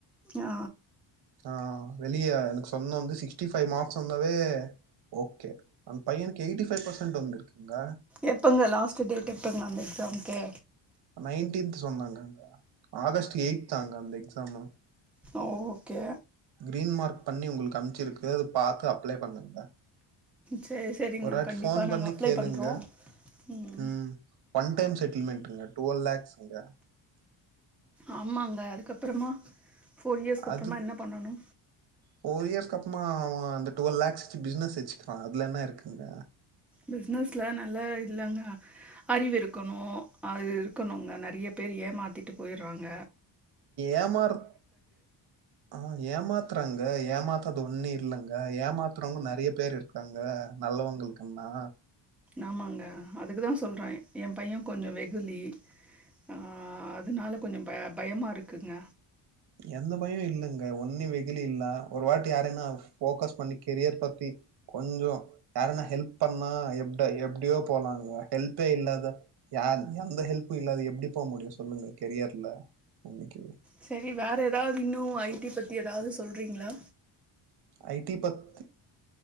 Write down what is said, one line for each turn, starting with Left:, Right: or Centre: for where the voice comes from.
Centre: ஆ
Right: ஆ வெளிய எனக்கு சொன்ன வந்து சிக்ஸ்டி ஃபைவ் மார்க்ஸ் வந்தாவே ஓகே அந்த பையனுக்கு எயிட்டி ஃபைவ் பர்சன்ட் வந்துருக்குங்க
Centre: எப்பங்க லாஸ்ட்டு டேட்டு எப்பங்க அந்த எக்ஸாம்க்கு
Right: நைன்டீன் சொன்னாங்க ஆகஸ்ட்டு எயித்தாங்க அந்த எக்ஸாமு
Centre: ஓகே
Right: கிரீன் மார்க் பண்ணி உங்களுக்கு அம்ச்சுருக்க அத பாத்து அப்ளை பண்ணுங்க
Centre: சேரி சேரிங்க
Right: ஒரு வாட்டி
Centre: கண்டிப்பா
Right: ஃபோன் பண்ணி
Centre: நாங்க அப்ளை
Right: கேளுங்க
Centre: பண்றோ ம்
Right: அ ஒன் டைம் செட்டில்மெண்ட்டுங்க டுவல் லேக்ஸுங்க
Centre: ஆமாங்க அதுக்கப்புறமா ஃபோர் இயர்ஸ்க் அப்புறமா
Right: அது
Centre: என்ன பண்ணணு
Right: ஃபோர் இயர்ஸ்கு அப்புறமா அவ அந்த டுவல் லேக்ஸ் வச்சு பிஸ்னஸ் வச்சக்கிளா அதுல என்ன இருக்குங்க
Centre: பிஸ்னஸ்ல நல்ல இதுதாங்க அறிவு இருக்கணு அது இருக்கணுங்க நறைய பேர் ஏமாத்திட்டு போயிறாங்க
Right: ஏமாறு ஆ ஏமாத்துறாங்க ஏமாத்துறது ஒன்னு இல்லங்க ஏமாத்துறவங்க நறைய பேரு இருக் காங்க நல்லவுங்களுக்குனா
Centre: ஆமாங்க அதுக்கு தா சொல்ற எ பைய கொஞ்சோ வெகுலி ஆ அதனால கொஞ்சோ ப பயமா இருக்குங்க
Right: எந்த பயு இல்லங்க ஒன்னி வெகுலி இல்ல ஒருவாட்டி யாரு என்னா ஃபோக்கஸ் பண்ணிக் கெரியர் பத்தி கொஞ்சோ யாருன்னா ஹெல்ப் பண்ணா எப்ப எப்டியோ போலாங்க ஹெல்பே இல்லாத யார் எந்த ஹெல்பு இல்லாத எப்டி போ முடியு சொல்லுங்க கெரியர்ல இன்னேக்கு
Centre: சேரி வேற ஏதாவது இன்னும் ஐ டீ பத்தி ஏதாவது சொல்றிங்களா
Right: ஐ டீ பத்தி